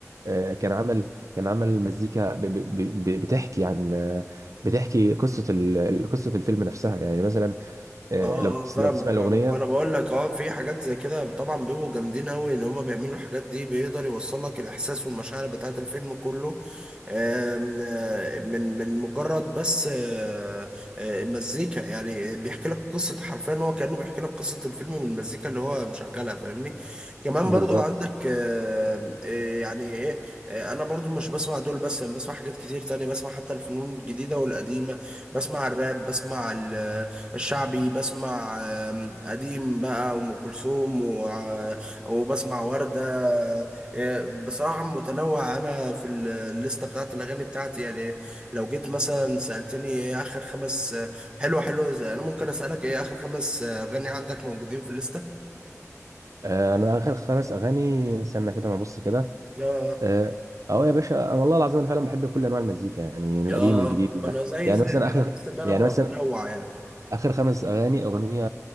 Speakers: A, on the right; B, on the right.
A: آه، كان عمل كان عمل مزيكا ب- ب- ب- بتحكي عن آه، بتحكي قصه ال- ال- قصه الفيلم نفسها يعني مثلا آه،
B: اه
A: لو تس-
B: اه فاهمك
A: لو تسمع الاغنيه
B: فاهمك ما انا بقول لك اه في حاجات زي كده طبعا بيبقوا جامدين قوي ان هما بيعملوا الحاجات دي بيقدر يوصل لك الاحساس والمشاعر بتاعت الفيلم كله آم، آه، من من مجرد بس آه، آه، مزيكا يعني بيحكي لك قصة حرفيا هو كأنه بيحكي لك قصة الفيلم من المزيكا اللي هو مشغلها فاهمني كمان
A: بالظبط
B: برضو عندك آم، آه، يعني ايه آه، انا برضو مش بسمع دول بس انا بسمع حاجات كتير تانية بسمع حتى الفنون الجديدة والقديمة بسمع الراب بسمع ال الشعبي بسمع آم، قديم بقى وأم كلثوم و- آه، وبسمع وردة آه، بصراحة متنوع أنا في ال- الليستة بتاعت الأغاني بتاعتي يعني لو جيت مثلا سألتني إيه آخر خمس آه، حلوة حلوة زي- أنا ممكن أسألك إيه آخر خمس آه، أغاني عندك موجودين في الليستة؟
A: آه، انا اخر خمس اغاني استنى كده ما ابص كده
B: آه
A: اه أهو يا باشا انا والله العظيم انا فعلا بحب كل انواع المزيكا يعني
B: آه
A: القديم والجديد يعني
B: ما أنا زي
A: يعني
B: زي
A: مثلا
B: كده
A: اخر
B: تحس إن أنا
A: يعني مثلا
B: منوع يعني
A: اخر خمس اغاني اغنيه